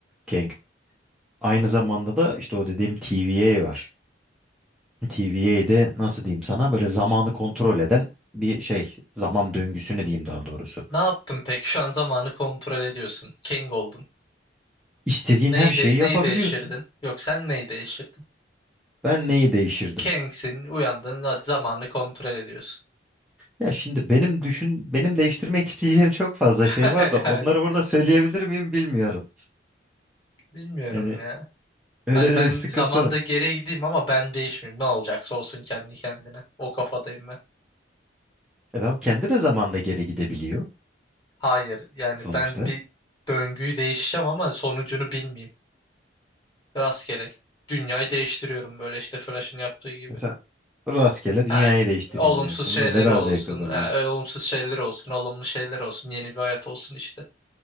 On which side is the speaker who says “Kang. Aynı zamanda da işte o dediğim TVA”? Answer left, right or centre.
Centre